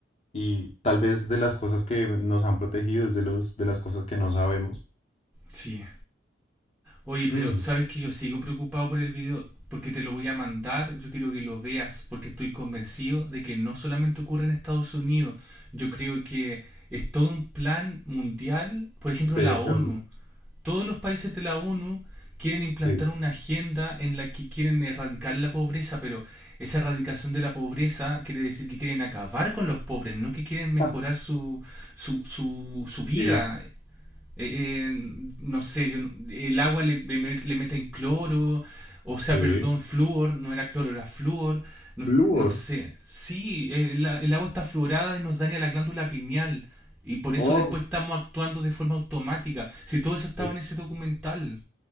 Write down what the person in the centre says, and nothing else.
Sí, Oye, pero
sabes que yo sigo preocupado por el video porque te lo voy a mandar. Yo quiero que lo veas porque estoy convencido de que no solamente ocurre en Estados Unidos. Yo creo que es todo un plan mundial. Por ejemplo,
la ONU.
Todos los países de la ONU quieren implantar
una agenda en la que quieren erradicar la pobreza, pero esa erradicación de la pobreza quiere decir que quieren acabar con los pobres, no que quieren mejorar
su, su, su, su vida.
Eh, eh, no sé, yo no- el agua le, le met- le meten cloro, o sea,
perdón, flúor, no era cloro, era flúor, no,
no sé. Sí, el, a- el agua está fluorada y nos daña la glándula pineal, y por eso
después estamos actuando de forma automática. Si todo eso estaba
en ese documental.